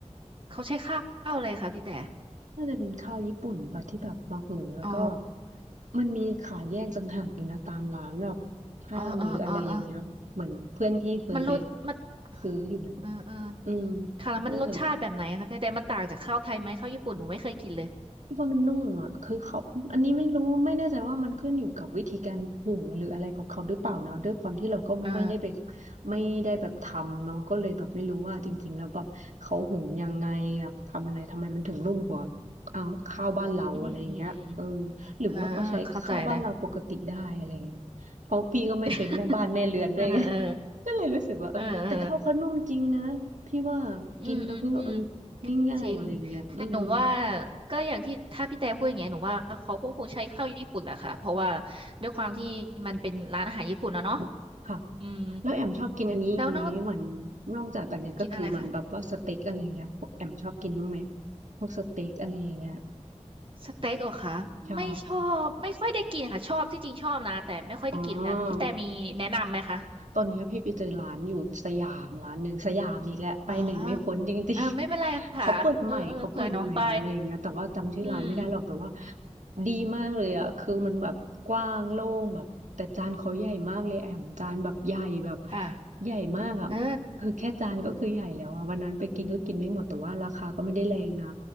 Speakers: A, on the right; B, on the right.
A: เขาใช้ข้าวอะไรคะพี่แต่
B: น่าจะเป็นข้าวญี่ปุ่นปะที่แบบมาเหินแล้วก็แบบ
A: อ๋อ
B: มันมีขายแยกต่างหากอยู่นะตามร้านแบบห้างหรืออะไรอย่างเงี้ยเหมือนเพื่อนพี่เคยไป
A: อ๋อเออเออเออมันรสมัน
B: ซื้ออยู่นะ
A: เออเออ
B: อืม
A: ค่ะแล้วมันรสชาติแบบไหนคะพี่แต่มันต่างจากข้าวไทยไหมข้าวญี่ปุ่นหนูไม่เคยกินเลย
B: นั่นเลย คิดว่ามันนุ่มอ่ะคือเขาอันนี้ไม่รู้ไม่แน่ใจว่ามันขึ้นอยู่กับวิธีการหุงหรืออะไรของเขาหรือเปล่านะด้วยความที่เราก็ไม่ได้ไป
A: อ่า
B: ไม่ได้แบบทำเนาะก็เลยแบบไม่รู้ว่าจริงๆแล้วแบบเขาหุงยังไงแบบทำอะไรทำไมมันถึงนุ่มกว่าอ่าข้าวบ้านเราอะไรอย่างเงี้ยเออ
A: อืมอืมอืม
B: หรือว่าเขาใช้ข้าวบ้านเราปกติได้อะไรอย่างเงี้ยเพราะพี่ก็ไม่เป็นแม่บ้านแม่เรือนด้วยไง
A: อ่าเข้าใจเลย <laughs> เออเออ
B: <laughs> ก็เลยรู้สึกว่าเออแต่ข้าวเขานุ่มจริงนะพี่ว่ากินแล้วก็เออ
A: เออเอออืมอืมอืม
B: ง่ายๆอะไรอย่างเงี้ยอืม
A: จริงแต่หนูว่าก็อย่างที่ถ้าพี่แต่พูดอย่างเงี้ยหนูว่าเขาก็คงใช้ข้าวญี่ปุ่นแหละค่ะเพราะว่าด้วยความที่มันเป็นร้านอาหารญี่ปุ่นนะเนาะ
B: ค่ะ
A: อืม
B: แล้วแอมชอบกินอันนี้อีกไหมเหมือน
A: แล้วนอก
B: นอกจากอันเนี้ยก็คือมันแบบว่าสเต็กอะไรเงี้ยพวกแอมชอบกินบ้างไหม
A: กินอะไรคะ
B: พวกสเต็กอะไรอย่างเงี้ย
A: สเต็กเหรอคะไม่ชอบไม่ค่อยได้กินค่ะชอบที่จริงชอบนะแต่ไม่ค่อยได้กินนะพี่แต่มีแนะนำไหมคะ
B: ใช่อ๋อ ตอนเนี้ยพี่ไปเจอร้านอยู่สยามร้านหนึ่งสยามอีกแล้วไปไหนไม่พ้นจริงๆ
A: อ๋อเออไม่เป็นไรค่ะเออเออเผื่อน้องไป
B: <laughs> เขาเปิดใหม่เขาเปิดใหม่อะไรอย่างเงี้ยแต่ว่าจำชื่อร้านไม่ได้หรอกแต่ว่า
A: อืม
B: ดีมากเลยอ่ะคือมันแบบกว้างโล่งแบบแต่จานเขาใหญ่มากเลยแอมจานแบบใหญ่แบบ
A: ค่ะ
B: ใหญ่มากอ่ะ
A: เออ
B: คือแค่จานก็คือใหญ่แล้วอ่ะวันนั้นไปกินก็กินไม่หมดแต่ว่าราคาก็ไม่ได้แรงนะ